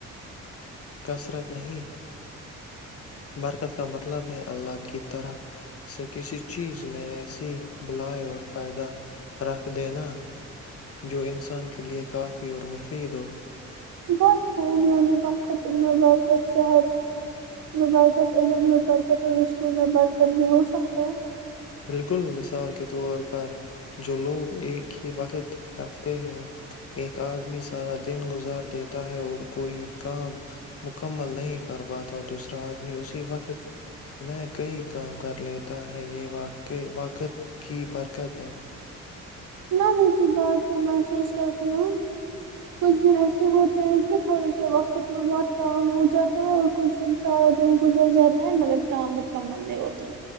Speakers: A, on the left; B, on the right.
A: کثرت نہیں برکت کا مطلب ہے اللہ کی طرح سے کسی چیز میں ایسی بلائی اور فائدہ رکھ دینا جو انسان کے لیے کافی اور مفید ہو
B: بہت خوب یعنی وقت میں برکت صحت میں برکت علم میں برکت اور رشتوں میں برکت بھی ہو سکتا ہے
A: بالکل مثال کے طور پر جو لوگ ایک ہی وقت رکھتے ہیں ایک آدمی سارا دن گزار دیتا ہے اور کوئی کام مکمل نہیں کر پاتا دوسرا آدمی اسی وقت میں کئی کام کر لیتا ہے یہ واق کہ وقت کی برکت ہے
B: میں بھی اسی بات کو محسوس کرتی ہوں کچھ دن ایسے ہو کہ تھوڑے سے وقت میں بہت کام ہو جاتے ہیں اور کچھ دن سارا دن گزر جاتا ہے مگر کام مکمل نہیں ہوتا